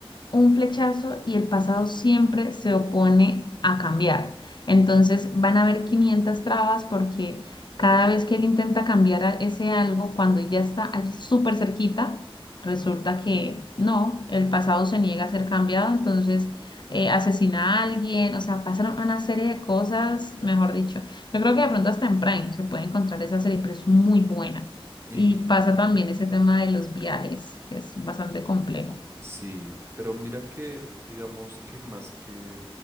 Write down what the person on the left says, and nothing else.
un flechazo y el pasado siempre se opone a cambiar. Entonces van a haber 500 trabas porque cada vez que él intenta cambiar a- ese algo, cuando ya está allí súper cerquita, resulta que no, el pasado se niega a ser cambiado, entonces eh, asesina a alguien, o sea, pasan una serie de cosas, mejor dicho. Yo creo que de pronto hasta en Prime se puede encontrar esa serie, pero es muy buena.
Y pasa
también ese tema de los viajes, que es bastante complejo.